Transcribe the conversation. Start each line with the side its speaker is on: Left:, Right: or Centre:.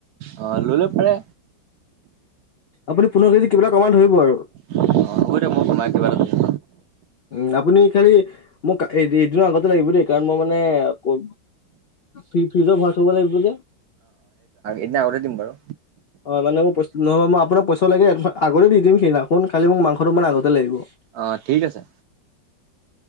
Right: অ', লৈ লব পাৰে
Left: আপুনি পোন্ধৰ কেজি কিবা এটা কমাই ধৰিব আৰু।
Right: অ হ'ব দিয়ক মই কমাই কিবা এটা দিম।
Left: উম আপুনি খালি মোক এদিনৰ আগতে লাগিব দেই কাৰণ মই মানে। ফ ফিজট ভৰাই থব লাগিব যে।
Right: এদিন আগতে দিম বাৰু।
Left: হয় মানে মোৰ পইচা নহ'বা মই আপোনাক পইচাও লাগে এডভা আগতে দি দিম সেইদিনাখন খালী মোক মাংসটো মানে আগতে লাগিব।
Right: অ ঠিক আছে।